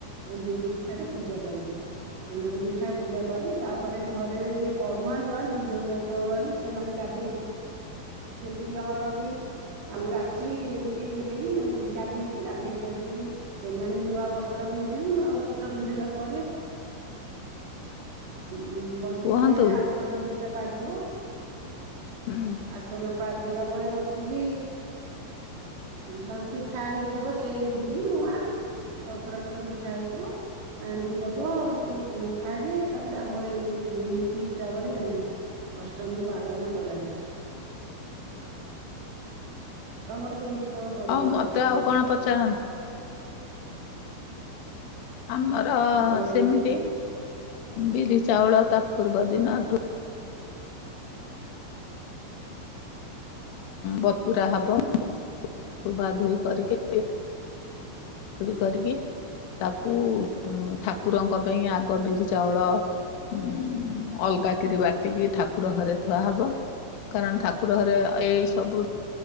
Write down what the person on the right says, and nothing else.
ଏଣ୍ଡୁରି ପିଠାରେ ପୂଜା କରିବ। ଏଣ୍ଡୁରି ପିଠା ପୂଜା କରିକି ତାପରେ ଘରେରେ ଯିଏ ପରରୁହାଁ ଦୁଆ ଦି ଜଣ ଯା କଣି ସେମାନେ ଗାଧେଇଥ ଯେତିକି ହଳଦୀ ଆଉ ରାଶି ଏମିତିଗାଇକି ମୁଁ ଗାଧେଇିବି ଗାଧେଇକି ଆସିକି ସେମାନେ ନୂଆ ବସ୍ତ୍ର। ପିନ୍ଧିବି ନୂଆ ବସ୍ତ୍ର ପିନ୍ଧିଲା ପରେ ଉ ବସିବେ
ଆସନ ଦିଟା ପାରିଦବ।
ଆସନ ପାରି ଦେଲା ପରେ ବସିକି ତାଙ୍କୁ ପିଠା ଆଣିକି ଦବ ସେଇ ଏଣ୍ଡୁରି ମୁଆଁ ସବୁ ପ୍ରକାର ପିଠା ହେଇଥିବ। ଆଣିକି ଦବ ସେ ଖାଇବେ ତାପରେ ଆମର ଏଇ ଏମିତି ହିସାବରେ ଅଷ୍ଟମୀ ପାଳନ କରାଯାଏ। ତମର କେମିତି କଣ କରନ୍ତି
ଅଷ୍ଟମୀରେ?
ଆଉ